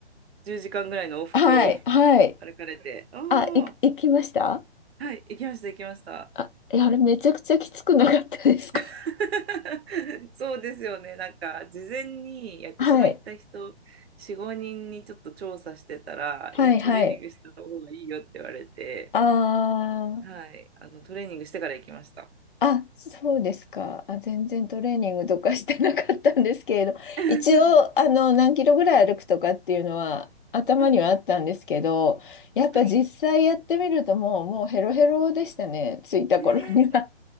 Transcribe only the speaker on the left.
はい、
はい。
あ、い、
行きました
あ、いやあれめちゃくちゃきつくなかったですか
はい、
はい、
はい。あ
あ、そうですか。あ、全然トレーニングとか <laughs> してなかったんですけれど、
一応、あの、何キロぐらい歩くとかっていうのは頭にはあったんですけど、
やっぱ実際やってみるともう、
もうヘロヘロでしたね、着いた頃には。